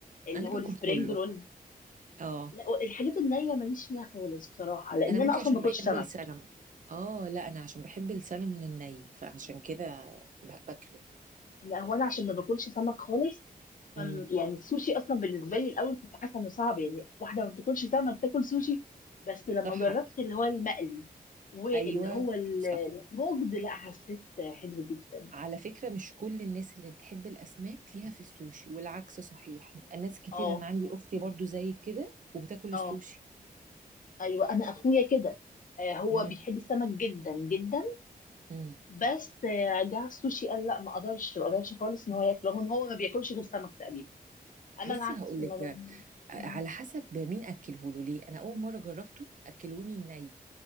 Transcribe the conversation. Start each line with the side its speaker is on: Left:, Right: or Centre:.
Left: اللي
Right: انا
Left: هو
Right: باكل
Left: السبرينج
Right: كله
Left: رولز
Right: اه
Left: لا الحاجات النيه ماليش فيها خالص بصراحه لان
Right: انا ممكن
Left: انا اصلا
Right: عشان
Left: ما باكلش
Right: بحب
Left: سمك
Right: السلم اه لا انا عشان بحب السلمون الني فعشان كده ب- باكله
Left: لا هو انا عشان ما باكلش سمك خالص فم
Right: امم
Left: يعني السوشي اصلا بالنسبه لي الاول كنت حاسه انه صعب يعني واحده ما بتاكلش سمك تاكل سوشي بس لما
Right: صح
Left: جربت اللي هو المقلي واللي
Right: ايوه
Left: هو السموكد
Right: صح
Left: لا حسيت حلو جدا
Right: على فكرة مش كل الناس اللي بتحب الأسماك ليها في السوشي والعكس صحيح ناس كتير
Left: اه
Right: أنا عندي أختي برضو زي كده وبتاكل
Left: اه
Right: السوشي
Left: ايوه انا اخويا كده آه هو
Right: امم
Left: بيحب السمك جدا جدا
Right: امم
Left: بس آه جه على السوشي قال لا ما اقدرش ما اقدرش خالص ان هو ياكله هو هو ما بياكلش غير سمك تقريبا انا
Right: بصي
Left: العكس
Right: هقول
Left: ما
Right: لك
Left: ب...
Right: آه، على
Left: مم.
Right: حسب مين أكله له ليه أنا أول مرة جربته أكلوني الني